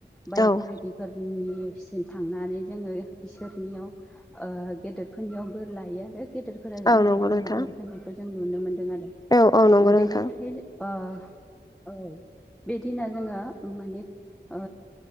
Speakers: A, in the centre; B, on the left (about 20°).
A: बाय
B: औ
A: बाहायगि निसिम थांनानै जोंङो बिसोरनियाव ओ गेदेरफोरनियाव बोर लायो आरो गेदेर फोरा
B: औ
A: उन्दैफोरनो
B: नंगौ नोंथां
A: बोर होनायखौ जों नुनो मोनदों आरो
B: औ औ नंगौ नोंथां
A: बेनिफ्राय ओ औ बे दिना जोङो माने ओ